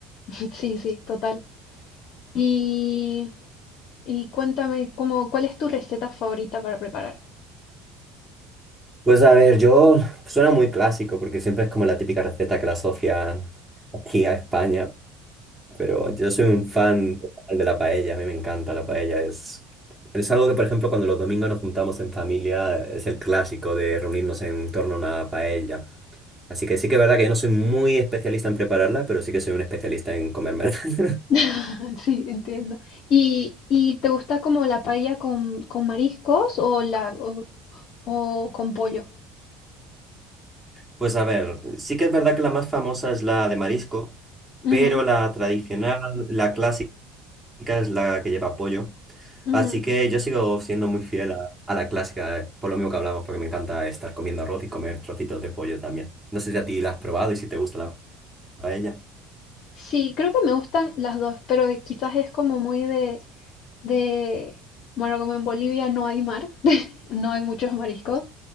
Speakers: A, on the left (about 60°); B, in the centre.
A: Sí, sí, total. Y, y cuéntame, como, ¿cuál es tu receta favorita para preparar?
B: Pues a ver, yo suena muy clásico, porque siempre es como la típica receta que la asocian aquí a España, Pero yo soy un fan total de la paella, a mí me encanta la paella. Es, es algo que, por ejemplo, cuando los domingos nos juntamos en familia, es el clásico de reunirnos en torno a una paella. Así que sí que es verdad que yo no soy muy especialista en prepararla, pero sí que soy un especialista en comerme. <laughs>
A: <laughs> Sí, entiendo. ¿Y, y te gusta como la paella con, con mariscos o, la, o, o con pollo?
B: Pues a ver, sí que es verdad que la más famosa es la de marisco,
A: Ujú,
B: pero la tradicional, la clásica. clásica es la que lleva pollo.
A: ujú.
B: Así que yo sigo siendo muy fiel a, a la clásica, eh, por lo mismo que hablamos, porque me encanta estar comiendo arroz y comer trocitos de pollo también. No sé si a ti la has probado y si te gusta la paella.
A: Sí, creo que me gustan las dos, pero quizás es como muy de, de, bueno, como en Bolivia no hay mar, <laughs> no hay muchos mariscos.